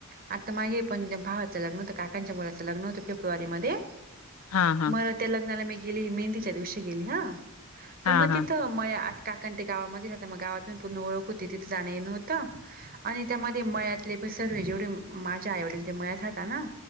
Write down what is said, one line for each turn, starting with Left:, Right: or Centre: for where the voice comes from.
Right: आता मागे पण भावाचं लग्न होत काकांच्या मुलाचं लग्न होतं फेब्रुवारीमध्ये.
Left: हा हा
Right: मग त्या लग्नाला मी गेली मेहंदीच्या दिवशी गेली ह पण
Left: हा
Right: मग
Left: हा
Right: तिथं. म आता काकण ते गावामध्ये राहता मग गावात पूर्ण ओळख होती तिथे जाणं ये नव्हतं आणि. त्यामध्ये मळ्यातले प सर्व जेवढे माझ्या आई वडील ते मळ्यात हात ना